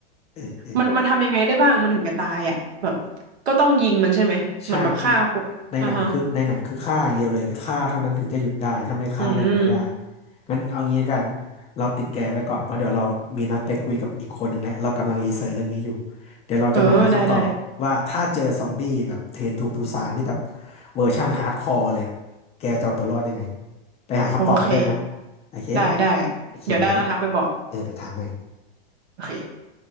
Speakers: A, on the left; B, on the right.
A: เออเออ
B: มันมันทำยังไงได้บ้างมันถึงจะตายอ่ะแบบก็ต้องยิงมันใช่ไหมเหมือนแบบฆ่าคนอ่าฮะ
A: ใช่ในในหนังคือในหนังคือฆ่าอย่างเดียวเลยฆ่าเท่านั้นถึงจะหยุดได้ถ้าไม่ฆ่าก็หยุดไม่ได้
B: อืม
A: งั้นเอางี้ละกันเราติดแกไว้ก่อนเพราะเดี๋ยวเรามีนัดไปคุยกับอีกคนหนึ่งแล้วเรากำลังรีเสิร์ชเรื่องนี้อยู่เดี๋ยวเราจะมาหาคำตอบว่าถ้าเจอซอมบี้แบบเทรนทูปูซานที่แบบ
B: เออได้ได้
A: เวอร์ชั่นฮาร์ดคอร์เลยอะแกจะเอาตัวรอดยังไงไปหาคำตอบมาด้วยนะ
B: โอเค
A: โอเค
B: ได้ได้
A: โอเคแล้วมัน
B: เดี๋ยวได้แล้วทักไปบอก
A: เออเดี๋ยวถามใหม่
B: โอเค